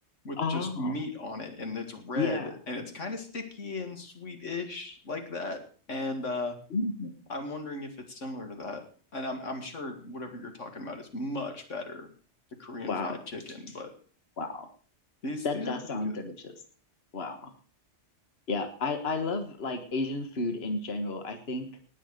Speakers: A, on the left; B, on the left.
A: with
B: Oh,
A: just meat on it and it's red
B: yeah.
A: and it's kind of sticky and sweetish like that. And uh
B: Mhm.
A: I'm wondering if it's similar to that. And I'm I'm sure whatever you're talking about is much better, the Korean
B: Wow,
A: fried chicken, but
B: wow.
A: these
B: That
A: these
B: does
A: are pretty
B: sound
A: good.
B: delicious. Wow. Yeah, I I love like Asian food in general. I think